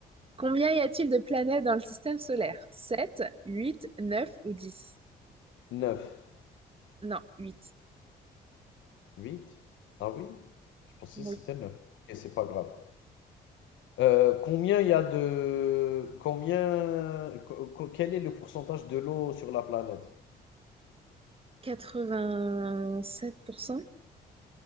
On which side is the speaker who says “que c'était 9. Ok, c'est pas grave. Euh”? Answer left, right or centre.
Left